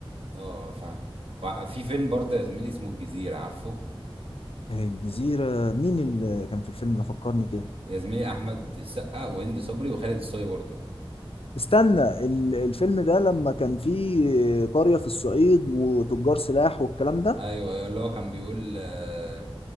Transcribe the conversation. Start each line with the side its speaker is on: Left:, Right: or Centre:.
Right: اه فاهم وع- في فيلم برضه يا زميلي اسمه الجزيرة عارفه
Left: الجزيره مين اللي كان في الفيلم ده فكرني كده
Right: يا زميلي احمد السقا وهند صبري وخالد الصاوي برضه
Left: استنى ال- الفيلم ده لما كان فيه قريه في الصعيد وتجار سلاح والكلام ده
Right: ايوه ايوه اللي هو كان بيقول آه،